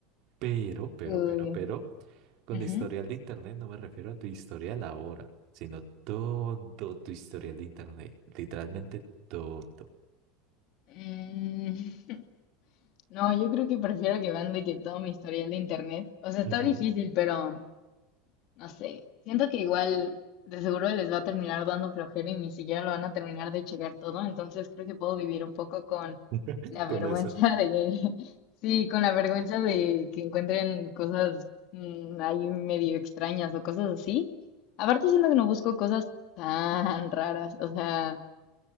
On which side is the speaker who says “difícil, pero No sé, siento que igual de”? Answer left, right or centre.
Left